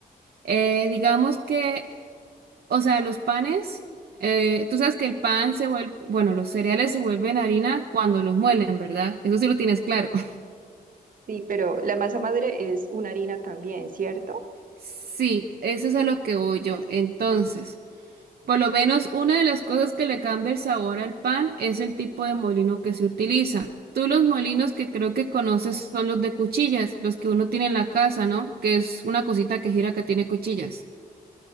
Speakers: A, on the right (about 75°); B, on the right (about 60°).
A: Eh, digamos que O sea, los panes, eh, tú sabes que el pan se vuelve, bueno, los cereales se vuelven harina cuando los muelen, ¿verdad? Eso sí lo tienes claro. <laughs>
B: Sí, pero la masa madre es una harina también, ¿cierto?
A: Sí, eso es a lo que voy yo. Entonces, por lo menos una de las cosas que le cambia el sabor al pan es el tipo de molino que se utiliza. Tú los molinos que creo que conoces son los de cuchillas, los que uno tiene en la casa, ¿no? Que es una cosita que gira que tiene cuchillas.